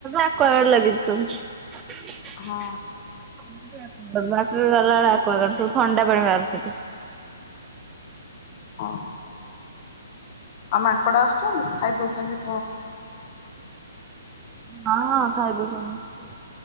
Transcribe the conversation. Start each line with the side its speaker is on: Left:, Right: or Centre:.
Right: ଆକ୍ୱାଗାର୍ଡ ଲାଗୁଚି <unintelligible>
Left: ହଁ
Right: <unintelligible> <unintelligible> ଥଣ୍ଡା ପାଣି ବାହାରୁଛି ସେଠି।
Left: ହଁ। ଆଉ ମାଙ୍କଡ ଆସୁଛନ୍ତି?
Right: ହଁ ହଁ, ଖାଇଦଉଛନ୍ତି।